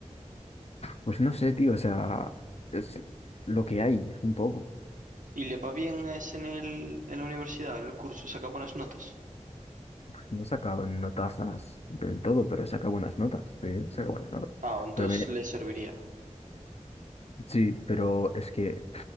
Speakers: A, on the left; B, on the right.
A: Pues no sé, tío, o sea, es lo que hay, un poco.
B: ¿Y le va bien a ese en el, en la universidad, en el curso? ¿Saca buenas notas?
A: No sacaban notazas del todo, pero saca buenas notas, sí, saca buenas notas.
B: Ah, entonces
A: Pero mira,
B: le serviría.
A: sí, pero es que,